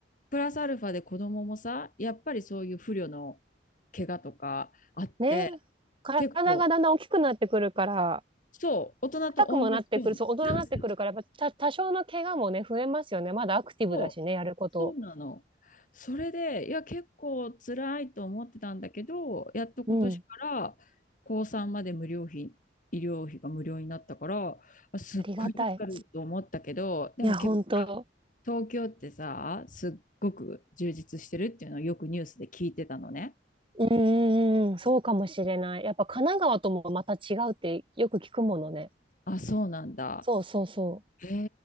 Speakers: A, on the left; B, on the right.
A: プラスアルファで子供もさ、やっぱりそういう不慮の怪我とかあって、
B: う。ね。体がだんだん大きくなってくるから、
A: 結構、そう、大人と同じように。
B: 硬くもなってくる、そう、大人になってくるから、
A: <laughs>
B: やっぱた、多少の怪我もね、増えますよね。まだアクティブだしね、
A: そう、
B: やること。
A: そうなの。それで、いや、結構辛いと思ってたんだけど、やっと今年から高3まで無料費、
B: うん。
A: 医療費が無料になったから、あ、すっごい助かると思ったけど、
B: ありがたい。
A: でも結
B: いや、本当。
A: 構東京ってさ、すっごく充実してるっていうのをよくニュースで聞いてたのね。
B: うんうんうん、そうかもしれない。やっぱ神奈川ともまた違うってよく聞くものね。
A: あ、そうなんだ。
B: そうそうそう。
A: へ